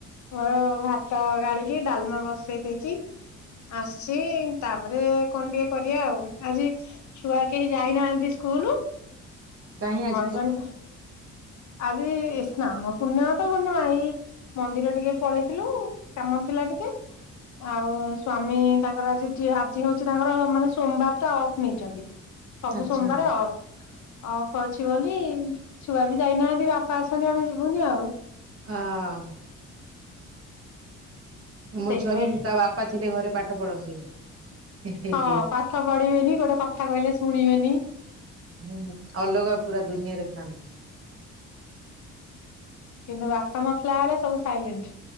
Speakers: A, on the left (about 70°); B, on the right (about 50°).
A: ମୋର ଭାତ ଗାଳିଛି ଡାଲମା ବସେଇ ଦେଇଛି ଆସ ତାପରେ କଣ ଟିକେ କରିବା ଆଉ ଆଜି ଛୁଆ କେହି ଯାଇନାହାନ୍ତି ସ୍କୁଲ
B: କହିଁ ଆଜି
A: ହଜବେଣ୍ଡ
B: କ
A: ଆଜି ସ୍ନାନ ପୂର୍ଣ୍ଣମା ତ ବ ଏଇ ମନ୍ଦିର ଟିକେ ପଳେଇଥିଲୁ। କାମ ଥିଲା ଟିକେ ଆଉ ସ୍ଵାମୀ ତାଙ୍କର ଆଜି ଟେ ଆଜି ହଉଛି ତାଙ୍କର ମାନେ ସୋମବାର ଟା ଅଫ୍ ନେଇଛନ୍ତି। ସବୁ
B: ଆଚ୍ଛା
A: ସୋମବାର ଅଫ ଅଫ୍ ଅଛି ବୋଲି ଛୁଆ ଯାଇନାହାନ୍ତି ବାପା ଅସଛନ୍ତି ଆମେ ଯିବୁନି ଆଉ
B: ହଁ ମୋ
A: ସେଇଥିପାଇଁ
B: ଛୁଆବି ତା ବାପା ଥିଲେ ଘରେ ପାଠ ପଢନ୍ତିନି ହେ ହେ
A: ହଁ
B: ହେ
A: ପାଠ ପଢିବେନି ଗୋଟେ କଥା କହିଲେ ଶୁଣିବେନି
B: ହୁଁ ଅଲଗା ପୁରା ଦୁନିଆରେ ଥାଆନ୍ତି।
A: କିନ୍ତୁ ବାପା ନଥିଲା ବେଳେ ସବୁ ସାଇଲେଣ୍ଟ